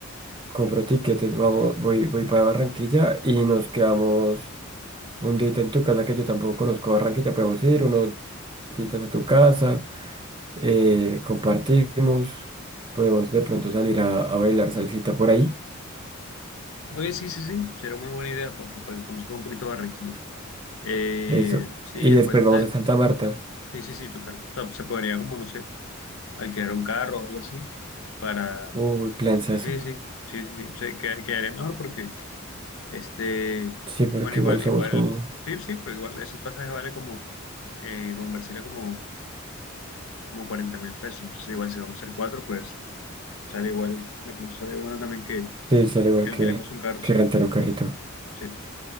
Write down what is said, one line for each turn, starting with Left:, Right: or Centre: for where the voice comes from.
Right: compro tiquetes, vamos, voy, voy para Barranquilla y nos quedamos un día en tu casa que yo tampoco conozco Barranquilla, podemos ir unos días a tu casa, eh, compartimos, podemos de pronto salir a, a bailar salsita por ahí,
Left: Oye, sí, sí, sí, será una buena idea para que, para que conozcas un poquito Barranquilla. Eh,
Right: eso,
Left: sí,
Right: y
Left: después,
Right: después
Left: no
Right: vamos
Left: sé,
Right: a Santa Marta,
Left: sí, sí, sí, total. O sea, se podría como, no sé, alquilar un carro o algo así para...
Right: uy, eso
Left: Sí, sí, sí, sí, sí, se- queda- quedaría mejor porque, este,
Right: sí, porque
Left: bueno, igual,
Right: igual somos
Left: igual,
Right: como,
Left: sí, sí, pero igual ese pasaje vale como, eh, como en Barcelona como... como cuarenta mil pesos. Entonces, igual si vamos a ser cuatro, pues sale igual, de pronto sale bueno también que
Right: sí, sale igual
Left: alquilemos
Right: que,
Left: un carro,
Right: que
Left: sí,
Right: rentar un carrito.
Left: sí.